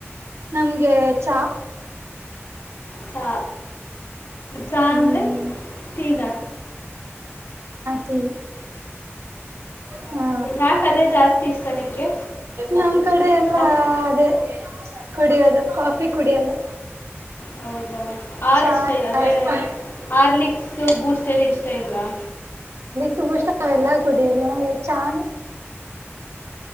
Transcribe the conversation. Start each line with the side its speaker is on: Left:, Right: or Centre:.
Right: ನಮ್ಗೆ ಚಾ
Left: ಚಾ ಚಾ
Right: ಹ್ಮ್
Left: ಅಂದ್ರೆ ಟೀ ನ?
Right: ಟಿ ಹಾ
Left: ಯಾಕೆ ಅದೇ ಜಾಸ್ತಿ ಇಷ್ಟ ನಿಮಗೆ
Right: ನಮ್ಮ್ ಕಡೆ ಎಲ್ಲಾ
Left: ಕಾಫಿ
Right: ಅದೇ ಕುಡಿಯೋದು ಕಾಫಿ ಕುಡಿಯಲ್ಲ.
Left: ಹೌದಾ ಹಾಲ್
Right: ಚಾ
Left: ಇಷ್ಟ ಇಲ್ಲ ಅಂದರೆ
Right: ಜಾಸ್ತಿ
Left: ಆರ್ಲಿಕ್ಸ್ ಬೂಸ್ಟ್ ಏನು ಇಷ್ಟ ಇಲ್ವಾ?
Right: <unintelligible> ಕುಡಿಯಲ್ಲ ಏ ಚಾ ನು